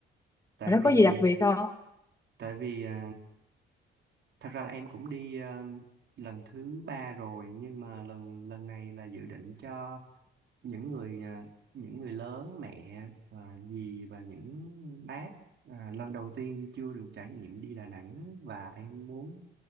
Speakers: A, on the right; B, on the left.
A: Tại
B: Ở đó
A: vì,
B: có gì đặc biệt không?
A: tại vì ờ, thật ra là em cũng đi ờ, lần thứ ba rồi, nhưng mà lần lần này là dự định cho những người ờ, những người lớn, mẹ, ờ, dì và những bác ờ, lần đầu tiên chưa được trải nghiệm đi Đà Nẵng và em muốn